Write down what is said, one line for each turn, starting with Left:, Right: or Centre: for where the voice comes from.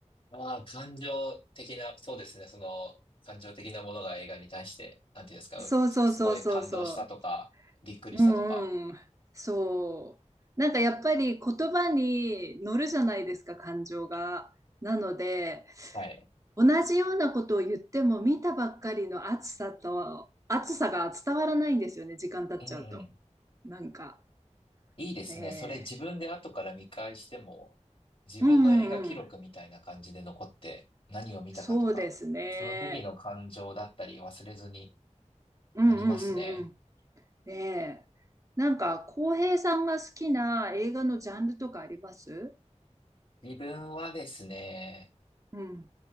Left: まあ、感情的な、そうですね。その、感情的なものが映画に対して、なんていうんですか、
Right: そうそうそうそうそ
Left: うすすごい感動したとか、びっくりしたとか。
Right: う。うんうん。そう。なんかやっぱり言葉に乗るじゃないですか、感情が。なので、
Left: はい。
Right: 同じようなことを言っても見たばっかりの暑さと暑さが伝わらないんですよね時間経っちゃうと
Left: うんうん。
Right: なんか
Left: いいですね。
Right: ね
Left: それ自分で後から見返しても、自分の映画記録みたいな感じで残って、
Right: えーうんうんうん
Left: 何を見たかとか、
Right: そうですね
Left: その時の感情だったり忘れずに
Right: うんうんうんうん
Left: なりますね。
Right: ねえなんか浩平さんが好きな映画のジャンルとかあります
Left: 自分はですね、
Right: うん